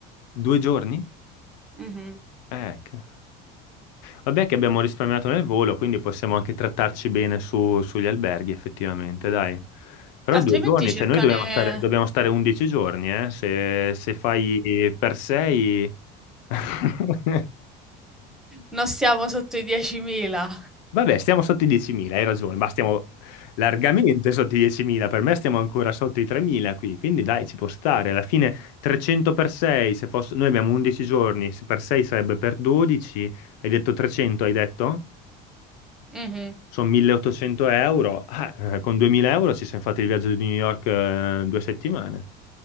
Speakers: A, on the left; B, in the centre.
A: Due giorni?
B: Mhm.
A: Eh, che- vabbè che abbiamo risparmiato nel volo, quindi possiamo anche trattarci bene su- sugli alberghi, effettivamente, dai. Però
B: Altrimenti
A: due giorni,
B: cercane...
A: cioè noi dobbiamo stare, dobbiamo stare 11 giorni, eh? Se, se fai per sei... <laughs>
B: Non stiamo sotto i 10.000.
A: Vabbè, stiamo sotto i 10.000, hai ragione, ma stiamo largamente sotto i 10.000, per me stiamo ancora sotto i 3.000 qui, quindi dai, ci può stare. Alla fine 300 per 6, se fosse... noi abbiamo 11 giorni, se per 6 sarebbe per 12, hai detto 300, hai detto?
B: Mhm.
A: Sono 1.800 euro, Ah, eh, con 2.000 euro ci siamo fatti il viaggio di New York eh, due settimane.